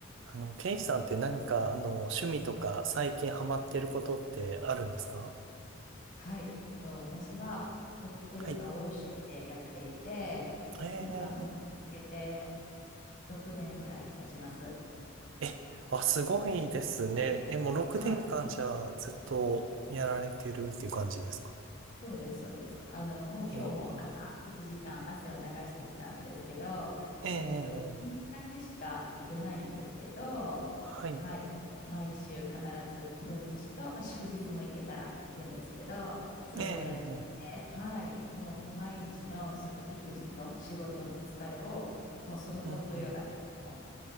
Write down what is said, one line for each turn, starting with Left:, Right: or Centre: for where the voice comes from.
Right: あの、ケイさんって何か、あの、趣味とか最近ハマってることってあるんですか
Left: はい。と私はホットヨガを趣味でやっていて、
Right: はい。え
Left: 今も続けて6年ぐらい経ちます。
Right: ー、え、あ、すごいですね。え、もう6年間じゃあずっとやられてるっていう感じですか
Left: はい。そうです、そうです。あの、もう今日も朝1時間汗を流してきたんですけど、
Right: えー、えー、
Left: えっと、
Right: え
Left: だけしか行けないんですけど、
Right: ーはい。
Left: はい、毎週必ず土日と、まあ、祝日も行けたら行くんですけど、それをやって、
Right: えー、え
Left: はい、もう毎日のその育児と仕事の疲れを、もうそのホットヨガでもう
Right: ー、うんうん。